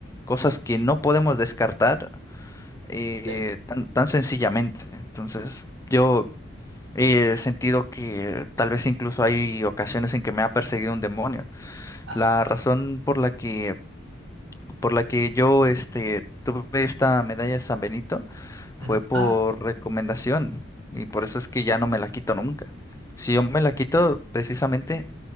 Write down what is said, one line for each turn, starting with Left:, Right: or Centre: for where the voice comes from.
Left: cosas que no podemos descartar eh,
Right: Sí.
Left: tan, tan sencillamente. Entonces, yo... He sentido que tal vez incluso hay ocasiones en que me ha perseguido un demonio.
Right: Ah,
Left: La
Right: su-
Left: razón por la que, por la que yo este, tuve esta medalla de San Benito fue
Right: ujú.
Left: por
Right: Ah,
Left: recomendación y por eso es que ya no me la quito nunca. Si yo me la quito, precisamente,